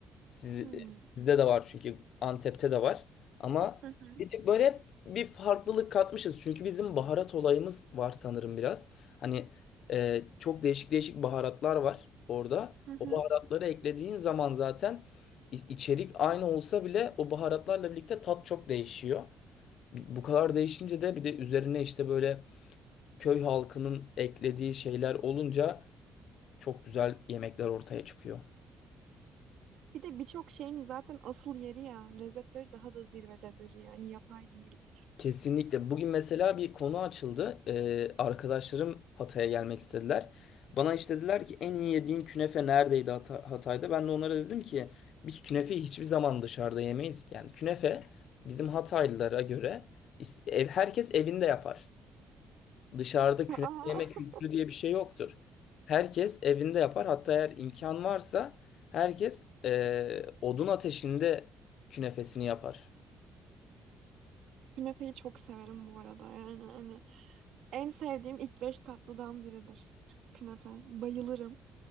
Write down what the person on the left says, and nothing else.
Siz,
e, sizde de var çünkü Antep'te de var. Ama
bir tık böyle hep bir farklılık katmışız. Çünkü bizim baharat olayımız var sanırım biraz. Hani e, çok değişik değişik baharatlar var orada.
O baharatları eklediğin zaman zaten i- içerik aynı olsa bile o baharatlarla birlikte tat çok değişiyor. Bu kadar değişince de bir de üzerine işte böyle köy halkının eklediği şeyler olunca çok güzel yemekler ortaya çıkıyor.
Kesinlikle. Bugün mesela bir konu açıldı. Ee, arkadaşlarım Hatay'a gelmek istediler. Bana işte dediler ki en iyi yediğin künefe neredeydi Hata- Hatay'da? Ben de onlara dedim ki biz künefeyi hiçbir zaman dışarıda yemeyiz ki. Yani künefe bizim Hataylılara göre is- ev, herkes evinde yapar. Dışarıda künefe
yemek kültürü diye bir şey yoktur. Herkes evinde yapar. Hatta eğer imkan varsa herkes e, odun ateşinde künefesini yapar.